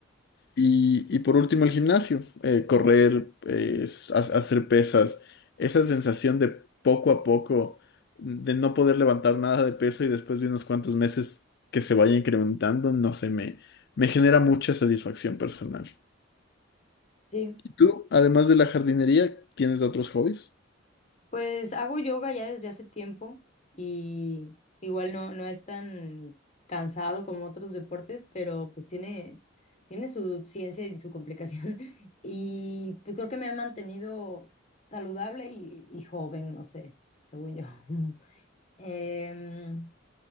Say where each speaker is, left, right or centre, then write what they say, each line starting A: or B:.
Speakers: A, on the left; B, on the left.
A: Y, y por último el gimnasio, eh, correr, eh, s- ha- hacer pesas, esa sensación de poco a poco, de no poder levantar nada de peso y después de unos cuantos meses que se vaya incrementando, no sé, me, me genera mucha satisfacción personal.
B: Sí.
A: ¿Tú, además de la jardinería, tienes otros hobbies?
B: Pues hago yoga ya desde hace tiempo y igual no, no es tan cansado como otros deportes, pero pues tiene, tiene su ciencia y su complicación. <laughs> Y pues creo que me ha mantenido saludable y, y joven, no sé, según yo. <laughs> Em,